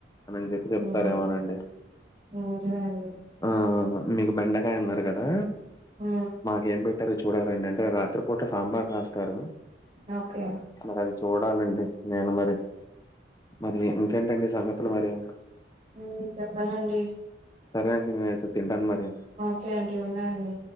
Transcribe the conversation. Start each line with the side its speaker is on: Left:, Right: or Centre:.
Left: అనిని చెప్పి చెప్తారేమోనండి
Right: హ్మ్ నిజమే అండి
Left: ఆ ఆ నీకు బెండకాయ్ అన్నారు కదా
Right: ఉ
Left: మాకేం పెట్టారో చూడాలండి అంటే రాత్రిపూట సాంబార్ కాస్తారు
Right: ఓకే
Left: మరది చూడాలండి నేను మరి మరి ఇంకేంటండి సంగతులు మరి
Right: ఉ చెప్పాలండి
Left: సరే అండి నేనయితే తింటాన్ మరి
Right: కే అండి ఉన్నా అండి